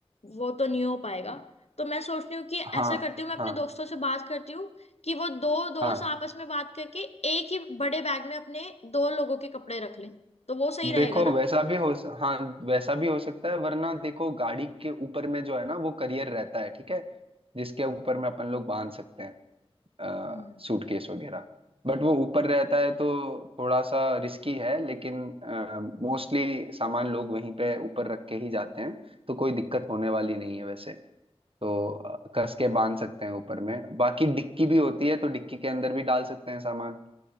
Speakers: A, on the left; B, on the right.
A: वो तो नहीं हो पाएगा तो मैं सोच रही हूँ कि ऐसा
B: हाँ
A: करती हूँ मैं अपने
B: हाँ
A: दोस्तों से बात करती हूँ कि वो दो दोस्त
B: हाँ
A: आपस में बात करके एक ही बड़े बैग में अपने दो लोगों के कपड़े रख लें तो वो सही रहेगा
B: देखो
A: ना
B: वैसा भी हो स- हाँ वैसा भी हो सकता है वरना देखो गाड़ी के ऊपर में जो है ना वो करियर रहता है ठीक है जिसके ऊपर में अपन लोग बांध सकते हैं आ,
A: हम्म
B: सूटकेस वगैरह बट वो ऊपर रहता है तो थोड़ा सा रिस्की है लेकिन मोस्टली सामान लोग वहीं पे ऊपर रख के ही जाते हैं तो कोई दिक्कत होने वाली नहीं है वैसे तो अ, कस के बांध सकते हैं ऊपर में बाकी डिक्की भी होती है तो डिक्की के अंदर भी डाल सकते हैं सामान